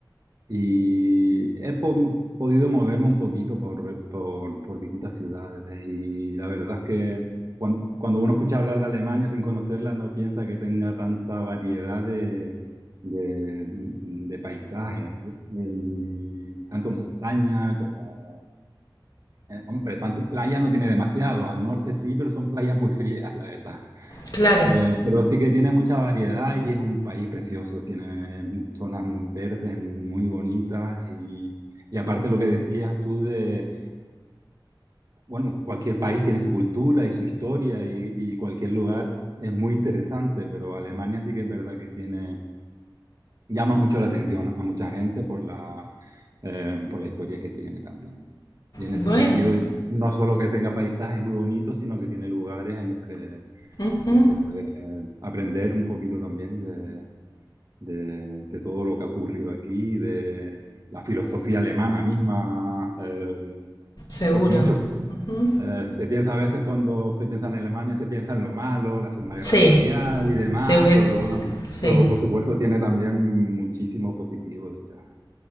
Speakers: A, on the right; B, on the left.
A: Y he po- podido moverme un poquito por, por- por distintas ciudades y la verdad es que cuan- cuando, uno escucha hablar de Alemania sin conocerla no piensa que tenga tanta variedad de, de- de paisajes, eh, y tanto montaña como eh, hombre, tanto, playa no tiene demasiado, al norte sí, pero son playas muy frías, la verdad.
B: Claro,
A: Eh, pero sí que tiene mucha variedad y es un país precioso, tiene mm, zonas verdes muy bonitas y, y aparte lo que decías tú de, bueno, cualquier país tiene su cultura y su historia y, y cualquier lugar es muy interesante, pero Alemania sí que es verdad que tiene llama mucho la atención a mucha gente por la, eh, por la historia que tiene también. Y en ese
B: bueno,
A: sentido, no solo que tenga paisajes muy bonitos, sino que tiene lugares en los que
B: ujú,
A: eh, se puede aprender un poquito también de, de, de todo lo que ha ocurrido aquí, de la filosofía alemana misma, eh,
B: seguro.
A: porque muchos
B: ujú.
A: eh, se piensa a veces cuando se piensa en Alemania, se piensa en lo malo, en la Segunda Guerra
B: Sí,
A: Mundial y demás,
B: te voy-
A: pero luego tam- pero
B: sí.
A: por supuesto tiene también muchísimo positivo detrás.